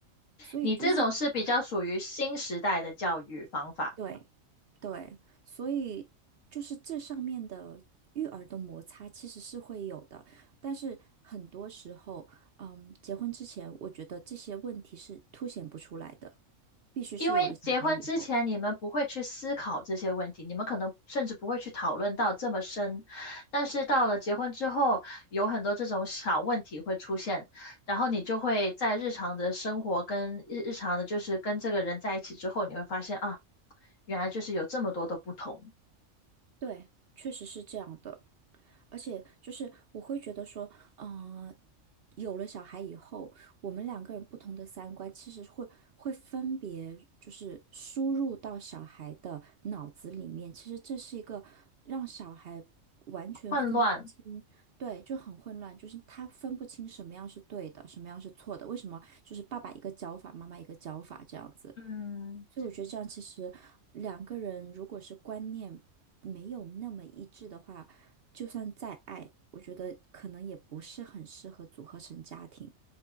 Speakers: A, on the right (about 55°); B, on the left (about 75°).
A: 所以就是。
B: 你这种是比较属于新时代的教育方法。
A: 对，对，所以就是这上面的育儿的摩擦其实是会有的，但是很多时候，嗯，结婚之前，我觉得这些问题是凸显不出来的，必须是有了小孩以后。
B: 因为结婚之前，你们不会去思考这些问题，你们可能甚至不会去讨论到这么深。但是到了结婚之后，有很多这种小问题会出现，然后你就会在日常的生活跟日日常的，就是跟这个人在一起之后，你会发现啊，原来就是有这么多的不同，
A: 对，确实是这样的。而且就是我会觉得说，嗯、有了小孩以后，我们两个人不同的三观其实会会分别就是输入到小孩的脑子里面，其实这是一个让小孩完全分不清，
B: 混乱。
A: 对，就很混乱，就是他分不清什么样是对的，什么样是错的，为什么就是爸爸一个教法，妈妈一个教法这样子。
B: 嗯，
A: 所以我觉得这样其实两个人如果是观念没有那么一致的话，就算再爱，我觉得可能也不是很适合组合成家庭，